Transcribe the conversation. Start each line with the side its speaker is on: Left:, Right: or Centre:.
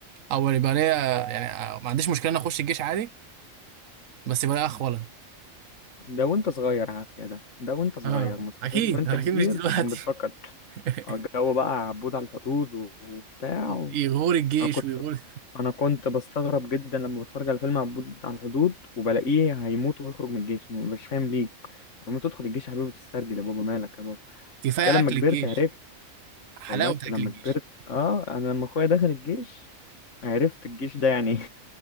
Right: او يبقى ليا يعني ما عنديش مشكله ان اخش الجيش عادي بس يبقى ليا اخ ولد
Left: ده وانت صغير عافية ده ده وانت صغير
Right: اه
Left: مستحيل
Right: اكيد
Left: وانت
Right: اكيد
Left: كبير
Right: مش دلوقتي
Left: تكون بتفكر
Right: <laughs>
Left: آه، الجو بقى عبود على الحدود و- وبتاع و...
Right: يغور الجيش
Left: انا كنت
Right: ويغور
Left: انا كنت بستغرب جدا لما بتفرج على فيلم عبود على الحدود وبلاقيه هيموت ويخرج من الجيش مش فاهم ليه لما تدخل الجيش يا حبيبي بتسترجل يا بابا مالك يا بابا
Right: كفايه
Left: كان لما
Right: اكل
Left: كبرت
Right: الجيش
Left: عرفت
Right: حلاوه
Left: والله ك- لما
Right: اكل الجيش
Left: كبرت اه انا لما اخويا دخل الجيش عرفت الجيش ده يعني ايه